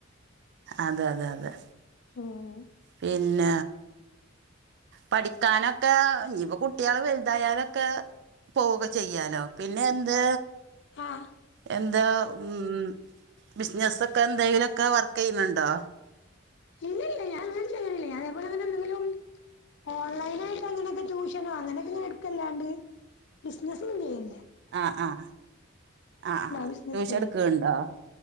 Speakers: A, on the right (about 60°); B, on the left (about 60°).
A: അതെ അതെ അതെ.
B: ഉം
A: പിന്ന പഠിക്കാനൊക്കെ ഇനിപ്പ കുട്ട്യാള് വെലുതായാലൊക്കെ പോവുക്കെ ചെയ്യാലോ പിന്നെ എന്ത്
B: <unintelligible>
A: എന്താ ഉം ബിസ്നെസൊക്കെ എന്തെയ്ലൊക്കെ വർക്കെയ്യുന്ന്ണ്ടോ?
B: ഇല്ലില്ല ഞാൻങ്ങനേചെയ്യണില്ല ഞാനെവെടെ <unintelligible> പ്പിലും ഓൺലൈനായിട്ടങ്ങനെക്കെ ട്യൂഷനോ അങ്ങനെക്കെ ഞാൻ എട്ക്കല്ലാണ്ട് ബിസ്നെസ് ചെയ്യണില്ല.
A: ആഹ് ആഹ് ആഹ് ആഹ്
B: ബിസിനസ്
A: ട്യൂഷെടുക്ക്‌ണ്ടാ?